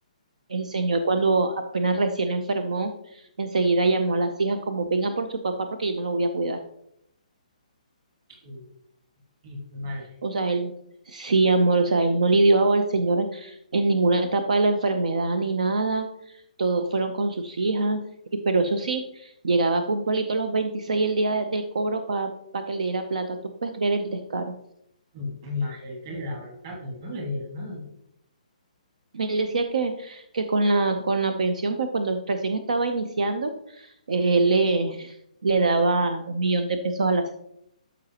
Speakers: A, on the right; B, on the right.
A: el señor cuando apenas recién enfermó, enseguida llamó a las hijas como vengan por su papá porque yo no lo voy a cuidar.
B: Y, y mi madre,
A: O sea, él sí, amor, o sea, él no lidió al señor en ninguna etapa de la enfermedad ni nada. Todos fueron con sus hijas, y pero eso sí, llegaba puntualito los 26 el día de- del cobro para que le diera plata. ¿Tú puedes creer el descaro?
B: mm, más el que le daba la plata, yo no le diera nada.
A: Él decía que, que con la, con la pensión, pues cuando recién estaba iniciando, él le, le daba un millón de pesos a la semana.